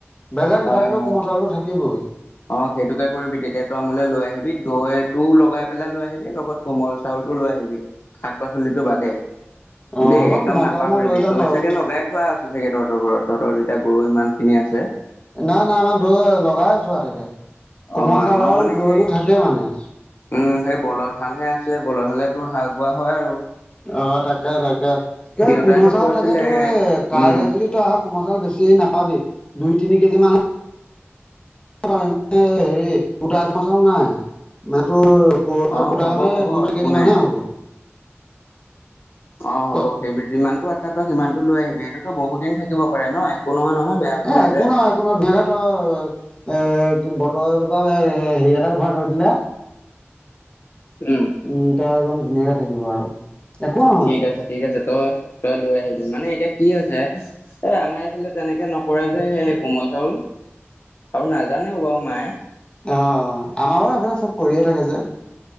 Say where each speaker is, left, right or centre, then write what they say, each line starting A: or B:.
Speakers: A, on the left; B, on the left.
A: বেলেগ
B: হয়
A: নাথাকিলেও
B: হয়
A: কোমল চাউলটো থাকিবই।
B: অ' সেইটোকে কৰিবি, তেতিয়া তই মোলৈ লৈ আহিবি, দৈটো লগাই পেলাই লৈ আহিবি লগত কোমল চাউলটো লৈ আহিবি, শাক পাচলিটো বাদে।
A: অ'
B: দেই
A: হ'ব
B: একদম
A: কোমল
B: নাপাহৰিবি।
A: চাউল মই লৈ যাম
B: দৈ
A: বাৰু।
B: চাগে লগাই থোৱা আছে ছাগে তহঁতৰ ঘৰত, তহঁতৰ যেতিয়া গৰু ইমানখিনি আছে।
A: নাই নাই আমাৰ দৈ লগাই থোৱা থাকে। কোমল
B: অ
A: চাউল
B: আমাৰ
A: আৰু
B: মানে
A: দৈ
B: সেই
A: থাকেই মানে।
B: উম, সেই বলদ হালহে আছে, বলদ হ'লে তোৰ হাল বোৱা হয় আৰু।
A: অ' তাকে তাকে।
B: দেউতাইতো
A: এই কোমল চাউল
B: কৈছিলে
A: থাকে তোৰ এ, কাইলে
B: উম
A: যদি তই আহ কোমল চাউল বেছি নাপাবি, দুই তিনি কেজি মান <unintelligible> হেৰি গুটাই থোৱা চাউল নাই মানে তোৰ <unintelligible>
B: অ
A: কোটা
B: হ'ব
A: মানে
B: হ'ব
A: দুই তি
B: একো
A: কেজি
B: নাই
A: মানহে হ'ব।
B: অ হ'ব
A: ত
B: সেই যিমানটো আছে সিমানতো লৈ আহিবি এইটোতো বহুত দিন থাকিব পাৰে ন' একো নহয় নহয়। বেয়া হৈ
A: এ
B: নাযায়
A: একো নহয়। একো নহয় ধুনীয়াকে থয় বটল বা হেৰি এটাত ভৰাই থৈ দিলে।
B: উমঁ।
A: উমঁ তই একদম ধুনীয়াকে থাকিব আৰু। একো নহয়
B: ঠিক আছে ঠিক আছে তই, তই লৈ আহিবি মানে এতিয়া কি হৈছে? এ আমাৰ এইফালে তেনেকে নকৰে যে সেই কোমল চাউল। আৰু নাজানে বাৰু মায়ে।
A: অঁ আমাৰ বাৰু ইফালে চব কৰিয়ে থাকে যে।